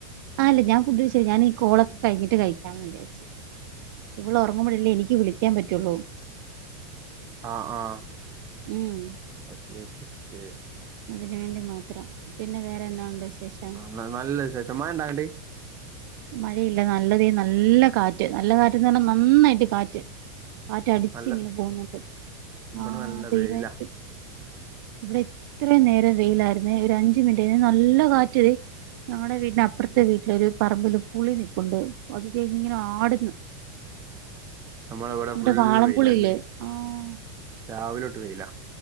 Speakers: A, on the right; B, on the right.
A: ആ ല്ല ഞാൻ ഫുഡ് കഴിച്ചില്ല ഞൻ ഈ കോളൊക്കെ കഴിഞ്ഞിട്ട് കഴിക്കാന്ന് വിചാരിച്ച് ഇവള് ഒറങ്ങ്മ്പോഴല്ലേ എനിക്ക് ക്ക് വിളിക്കാൻ പറ്റുള്ളൂ
B: ആ ആ
A: ഉം
B: ഓക്കെ ഓക്കെ ഓക്കെ
A: അതിന് വേണ്ടി മാത്രം പിന്നെ വേറെന്നാ ഉണ്ട് വിശേഷം
B: ന്ന നല്ല വിശേഷം മഴ ണ്ടാ അങ്ങണ്ട്
A: മഴയില്ല നല്ലതെയ നല്ല കാറ്റ് നല്ല കാറ്റ് എന്ന് പറഞ്ഞ നന്നായിട്ട് കാറ്റ് കാറ്റ് അടിച്ച്
B: നല്ല
A: ഇങ്ങനെ പോകൂന്നുണ്ട്
B: ഇവിടെ
A: ആ
B: നല്ല
A: പെയ്യുവായിരിക്കും
B: വെയിലാ
A: ഇവിടെ ഇത്ര നേരം വെയിലായിരുന്ന ഒരു അഞ്ച മിനിറ്റ് ആ നല്ല കാറ്റത് ഞങ്ങളടെ വീടിന്റെ അപ്പുറത്തെ വീട്ടിലൊരു പറമ്പില് പുളി നിപ്പുണ്ട് അത് തെ ങ്ങനെ ആടുന്നു
B: നമ്മള ഇവിടെ
A: നമ്മുടെ
B: ഫുള്ള്
A: വാളംപുളിയില്ലേ
B: വെയില ന്ന്
A: ആഹ്
B: രാവിലോട്ട് വെയില